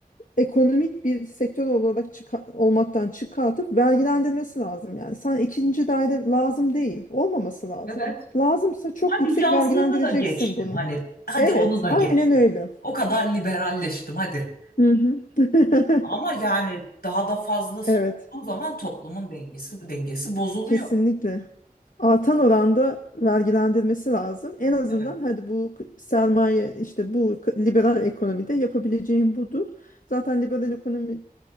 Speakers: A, on the left; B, on the left.
A: ekonomik bir sektör olarak çıka- olmaktan çıkartıp vergilendirmesi lazım yani. Sana ikinci daire lazım değil. Olmaması lazım.
B: evet.
A: Lazımsa çok
B: Hadi
A: yüksek
B: yazlığını
A: vergilendireceksin
B: da geçtim.
A: bunu.
B: Hani hadi
A: Evet,
B: onu da
A: aynen
B: geçtim.
A: öyle.
B: O kadar liberalleştim hadi.
A: Hı hı. <laughs>
B: Ama yani daha da fazlası
A: Evet.
B: olduğu zaman toplumun dengesi dengesi bozuluyor.
A: Kesinlikle. Artan oranda vergilendirmesi lazım. En azından
B: Evet,
A: hadi bu k- sermaye işte bu k- liberal ekonomide yapabileceğin budur. Zaten liberal ekonomide